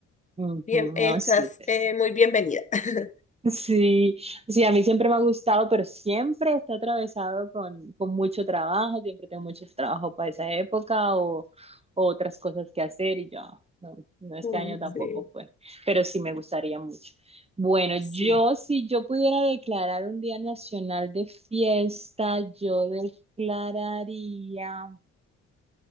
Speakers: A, on the right (about 20°); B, on the left (about 25°).
A: Ujú,
B: bien, estás
A: No, súper.
B: eh, muy bienvenida. <laughs>
A: Sí, sí, a mí siempre me ha gustado, pero siempre está atravesado con, con mucho trabajo, siempre tengo mucho trabajo para esa época o, o otras cosas que hacer y yo, no, no, este
B: Mm,
A: año tampoco
B: Sí.
A: fue, pero sí me gustaría mucho. Bueno,
B: Sí.
A: yo si yo pudiera declarar un día nacional de fiesta, yo declararía